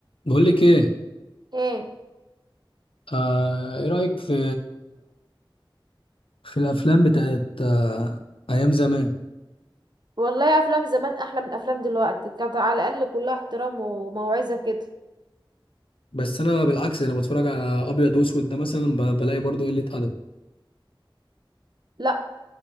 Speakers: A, on the left; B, on the right.
A: بقول لك ايه
B: ايه
A: آه ايه رايك في في الافلام بتاعت آه ايام زمان
B: والله افلام زمان احلى من افلام دلوقتي كانت على الاقل كلها احترام وموعظة كده
A: بس انا بالعكس انا بتفرج على ابيض واسود ده مثلا ب- بلاقي برضو قله ادب
B: لا